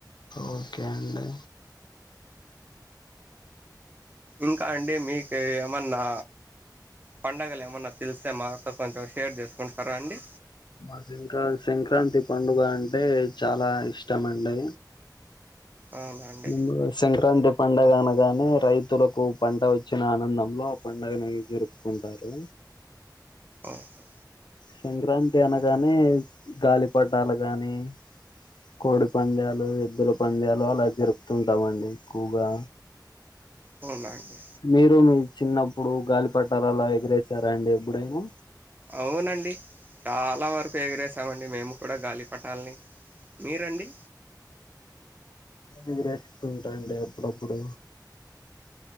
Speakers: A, on the left; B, on the right.
A: ఓకే అండి
B: ఇంకా అండి మీకు ఏమన్నా పండగలు ఏమన్నా తెలిస్తే మాతో కొంచెం షేర్ చేసుకుంటారా అండి
A: మాకు ఇంకా సంక్రాంతి పండుగ అంటే చాలా ఇష్టమండి
B: అవునా అండి
A: ముందుగా సంక్రాంతి ఎ పండగ అనగానే రైతులకు పంట వచ్చిన ఆనందంలో ఆ పండుగని జరుపుకుంటారు
B: ఓహో
A: సంక్రాంతి అనగానే గాలిపటాలు గాని కోడి పందేలు ఎద్దుల పందేలు అలా జరుపుతుంటామండి ఎక్కువగా
B: అవునా అండి
A: మీరు మీ చిన్నప్పుడు గాలిపటాలు అల ఎగరేశారాండి ఎప్పుడైనా
B: అవునండి చాలా వరకు ఎగిరేసామండి మేము కూడా గాలిపటాలని మీరండి
A: ఎగరేస్తుంటాండి అప్పుడప్పుడు